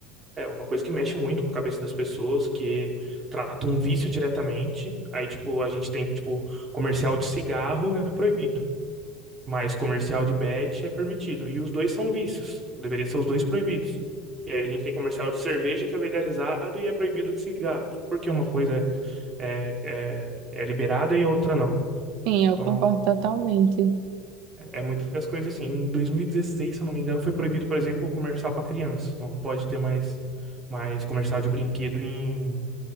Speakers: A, on the right (about 15°); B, on the right (about 55°).
A: É uma coisa que mexe muito com a cabeça das pessoas, que trata um vício diretamente. Aí, tipo, a gente tem, tipo, comercial de cigarro é proibido, mas comercial de bet é permitido. E os dois são vícios. Deveria ser os dois proibidos. E aí a gente tem comercial de cerveja que é legalizado e é proibido de cigarro. Porque uma coisa é, é, é liberada e a outra não.
B: Sim, eu
A: Então,
B: concordo totalmente.
A: é muitas coisas assim. Em 2016, se eu não me engano, foi proibido, por exemplo, o comercial para criança. Não pode ter mais, mais comercial de brinquedo em